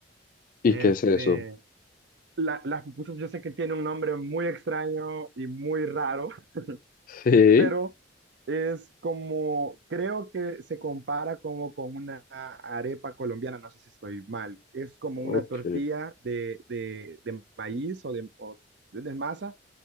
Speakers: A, on the left; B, on the right.
A: ¿Y
B: Este,
A: qué es eso?
B: la- las pupusas yo sé que tiene un nombre muy extraño y muy raro, <laughs>
A: Sí.
B: pero es como, creo que se compara como con una arepa colombiana, no sé si estoy mal, es como
A: Ok.
B: una tortilla de, de, de maíz o de, o de- de masa.